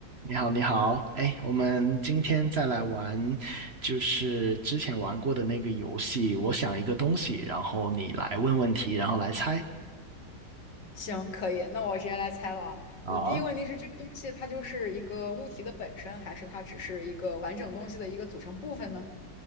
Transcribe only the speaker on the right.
你好，你好，哎，我们今天再来玩，就是之前玩过的那个游戏。我想一个东西，然后你来问问题，然后来猜。
好，